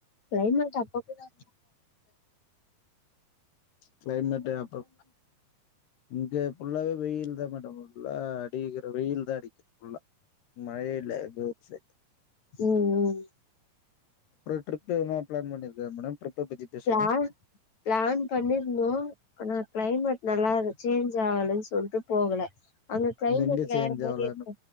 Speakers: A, on the left (about 45°); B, on the left (about 85°).
A: கிளைமேட் அப்பப்ப தா <unintelligible>
B: கிளைமேட் அப்றோ இங்க புல்லாவே வெயில் தா மேடம் ஃபுல்லா வெயில் தா அடிக்குது ஃபுல்லா மழையே இல்ல எங்க ஊர் சையிட்
A: ம்
B: ட்ரிப் எதுனா
A: ம்
B: பிளான் பண்ணிருக்கியா மேடம் ட்ரிப்ப பத்தி பேசுவோ
A: பிளான் பிளான் பண்ணிருந்தோம் ஆனா கிளைமெட் நல்லா அது சேஞ்ச் ஆகலன் சொல்லிட்டு போகல அங்க கிளைமேட்
B: எங்க
A: வேற
B: சேஞ்ச்
A: மாரி
B: ஆவுல
A: இருக்கு
B: இன்னு